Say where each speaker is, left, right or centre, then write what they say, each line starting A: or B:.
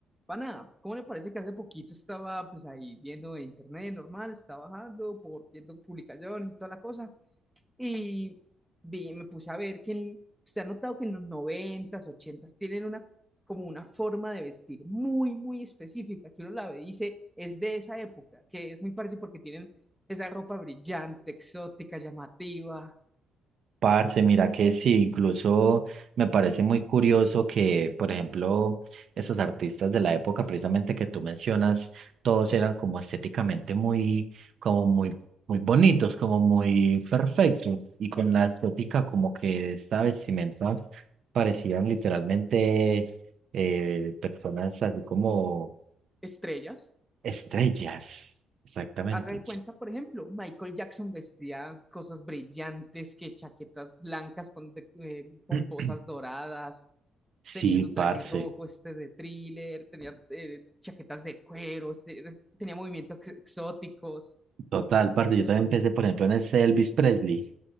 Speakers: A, in the centre; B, on the right.
A: Pana, ¿cómo le parece que hace poquito estaba pues ahí viendo en internet normal, estaba bajando, por, viendo publicaciones y toda la cosa? Y vi, me puse a ver que en- usted ha notado que en los noventas, ochentas tienen una como una forma de vestir muy, muy específica, que uno la ve y dice, es de esa época, que es muy parecido porque tienen esa ropa brillante, exótica, llamativa,
B: Parce, mira que sí, incluso me parece muy curioso que, por ejemplo, esos artistas de la época precisamente que tú mencionas, todos eran como estéticamente muy, como muy, muy bonitos, como muy perfectos, y con la estética como que esta vestimenta parecían literalmente eh, personas así como
A: estrellas.
B: estrellas, exactamente.
A: haga de cuenta, por ejemplo, Michael Jackson vestía cosas brillantes, que chaquetas blancas con de- eh, pomposas
B: <clears throat>
A: doradas,
B: Sí,
A: tenía su traje
B: parce,
A: rojo este de thriller, tenía eh, chaquetas de cuero, se- tenía movimientos ex- exóticos.
B: total, parce, yo también pensé, por ejemplo, en ese Elvis Presley.